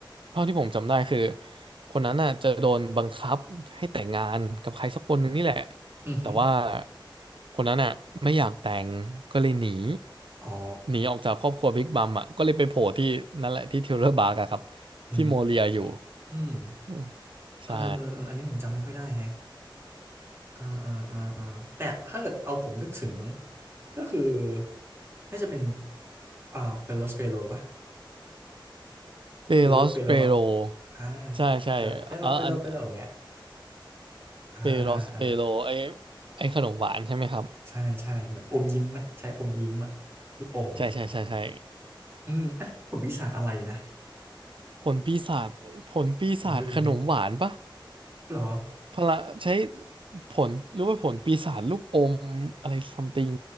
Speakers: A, on the right; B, on the right.
A: เท่าที่ผมจำได้คือคนนั้นน่ะจะโดนบังคับให้แต่งงานกับใครสักคนหนึ่งนี่แหละ
B: อือหือ
A: แต่ว่าคนนั้นน่ะไม่อยากแต่งก็เลยหนี
B: อ๋อ
A: หนีออกจากครอบครัวบิ๊กมัมอ่ะก็เลยไปโผล่ที่นั่นแหละที่เทเลอร์บาร์กอะครับ
B: อื
A: ที่โมเรียอยู่
B: ม
A: อืม
B: เออเออเอออันนี้ผมจำไม่ค่อยได้แฮะ
A: ใช่
B: เออเออเออเออแต่ถ้าเกิดเอาผมนึกถึง ก็คือน่าจะเป็น อ่าเปโลสเปโลป่ะ
A: เปโรสเปโร
B: เปโลเปโลอ่ะอ่า
A: ใช่ใช่เอออัน
B: แบบเปโลเปโลเปโลอย่างเงี้ยอ่าอ่าอ่า
A: เปโรสเปโรไอไอขนมหวานใช่ไหมครับ
B: ใช่ใช่เหมือนอมยิ้มไหมใช่อมยิ้มอะลูกอม
A: ใช่ใช่ใช่ใช่
B: อืมอันนั้นบทวิสาหอะไรนะ
A: ผลปีศาจผลปีศาจขนมหวานปะ
B: ผมลืมแฮะหรอ
A: พละใช้ผลหรือว่าผลปีศาจลูกอมอะไรซัมติง